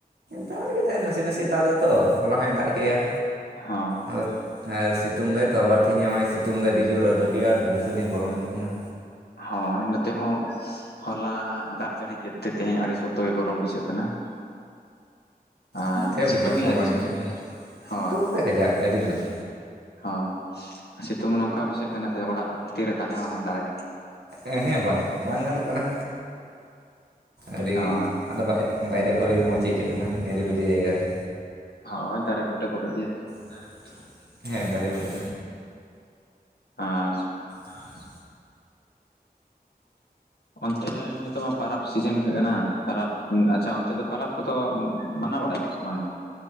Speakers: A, on the right; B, on the left.
A: ᱫᱟᱜ ᱮᱫᱟᱭ ᱱᱟᱥᱮ ᱱᱟᱥᱮ ᱫᱟᱜ ᱫᱚ ᱛᱚ ᱦᱚᱞᱟ ᱦᱚᱸᱭ ᱫᱟᱜ ᱠᱮᱭᱟ᱾
B: ᱦᱚᱸ᱾
A: ᱟᱨ ᱟᱨ ᱥᱤᱛᱩᱝ ᱫᱟᱭ ᱛᱚ ᱵᱟᱹᱲᱛᱤ ᱧᱚᱜ ᱮ ᱥᱤᱛᱩᱝ ᱫᱟᱭ ᱟᱹᱰᱤ ᱡᱩᱨ ᱟᱫᱚ ᱟᱹᱰᱤ ᱟᱸᱴ ᱵᱩᱝᱥᱩᱱᱤ ᱜᱚᱨᱚᱢ ᱟᱹᱭᱠᱟᱹᱜ ᱠᱟᱱᱟ᱾
B: ᱦᱳᱭ ᱱᱚᱛᱮ ᱦᱚᱸ᱾ ᱦᱚᱞᱟ ᱦᱟᱸᱜ ᱫᱟᱜ ᱡᱟᱹᱲᱤ ᱠᱮᱫ ᱛᱮ, ᱛᱮᱦᱮᱸᱧ ᱟᱹᱰᱤ ᱥᱚᱠᱛᱚ ᱜᱮ ᱜᱚᱨᱚᱢ ᱵᱩᱡᱷᱟᱹᱜ ᱠᱟᱱᱟ ᱾ ᱟᱨ,
A: ᱚᱱᱟᱛᱮ
B: ᱥᱤᱛᱩᱝ
A: ᱢᱚᱡᱽ ᱦᱚᱸ
B: ᱮᱜ-ᱟᱭ
A: ᱵᱟᱝ
B: ᱥᱮ?
A: ᱟᱹᱭᱠᱟᱹᱜ ᱠᱟᱱᱟ
B: ᱦᱚᱭ
A: ᱥᱤᱛᱩᱝ
B: ᱾
A: ᱫᱟᱭ ᱠᱟᱡᱟᱠ ᱟᱹᱰᱤ ᱡᱩᱨ᱾
B: ᱦᱚᱸ, ᱥᱤᱛᱩᱝ ᱱᱚᱝᱠᱟ ᱵᱩᱡᱷᱟᱹᱜ ᱠᱟᱱᱟ ᱥᱮ ᱚᱲᱟᱜ ᱵᱷᱤᱛᱤᱨ ᱨᱮ ᱛᱟᱦᱮᱸ ᱦᱚᱸ ᱵᱟᱝ ᱫᱟᱲᱮ᱾
A: ᱦᱮᱸ ᱦᱮᱸ ᱵᱟᱝ ᱵᱟᱝ ᱜᱟᱱᱚᱜ ᱠᱟᱱᱟ᱾ ᱟᱹᱰᱤᱜ
B: ᱦᱳᱭ
A: ᱟᱫᱚ ᱵᱟᱭᱜ ᱵᱟᱭᱨᱮ ᱠᱚᱨᱮᱜ ᱜᱮ ᱢᱚᱡᱽ ᱟᱹᱭᱠᱟᱹᱜ ᱠᱟᱱᱟ ᱱᱤᱨᱤᱵᱤᱞᱤ ᱡᱟᱭᱜᱟ ᱨᱮ᱾
B: ᱦᱳᱭ ᱫᱟᱨᱮ ᱵᱩᱴᱟᱹ ᱠᱚᱨᱮ ᱜᱮ᱾
A: ᱫᱟᱨᱮ ᱵᱩᱴᱟᱹ? ᱦᱮᱸ ᱫᱟᱨᱮ ᱵᱩᱴᱟᱹ᱾
B: ᱟᱸᱪᱪᱷᱟ᱾
A: ᱟ, ᱟᱡ
B: ᱚᱱᱛᱮ ᱨᱮ ᱱᱤᱛᱚᱜ ᱢᱟ ᱾ ᱯᱟᱨᱟᱵᱽ ᱥᱤᱡᱤᱱ ᱠᱟᱱᱟ ᱾ ᱯᱟᱨᱟᱵᱽ ᱟᱪᱪᱷᱟ, ᱚᱱᱛᱮ ᱫᱚ ᱯᱟᱨᱟᱵᱽ ᱠᱚᱫᱚ ᱚᱦᱸ ᱢᱟᱱᱟᱣ ᱵᱟᱲᱟᱭᱟ ᱥᱮ ᱵᱟᱝ ᱟ?